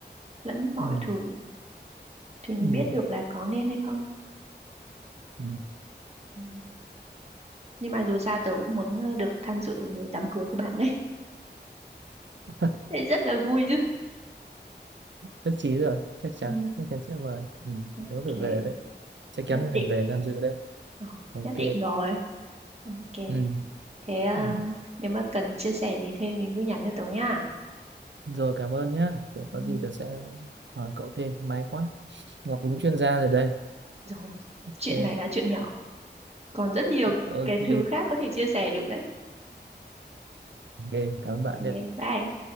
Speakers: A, on the right; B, on the right.
A: lẫn mọi
B: ừ
A: thứ thì mình
B: ừ
A: biết được là có nên hay không
B: ừ.
A: Ừ. Nhưng mà dù sao tớ cũng muốn ờ, được tham dự đám cưới của bạn đấy. <laughs>
B: <laughs>
A: Đấy rất là vui chứ.
B: nhất trí rồi chắc chắn
A: Ừ,
B: chắc chắn sẽ mời ừ
A: ok,
B: nếu phải về đấy chắc chắn
A: nhất
B: là
A: định.
B: mình về tham dự đấy
A: Ờ,
B: ok
A: nhất định rồi. Ok.
B: ừ.
A: Thế um,
B: ừ.
A: nếu mà cần chia sẻ gì thêm thì cứ nhắn cho tớ nha.
B: Rồi cảm ơn nhé.
A: Ừ,
B: Có gì tớ sẽ hỏi cậu thêm. May quá. Ngọc đúng chuyên gia rồi đây.
A: rồi,
B: Ok.
A: chuyện này là chuyện nhỏ. Còn rất nhiều
B: Ok.
A: cái thứ khác có thể chia sẻ được đấy.
B: Ok. Cảm ơn bạn
A: Ok,
B: nhé.
A: bye.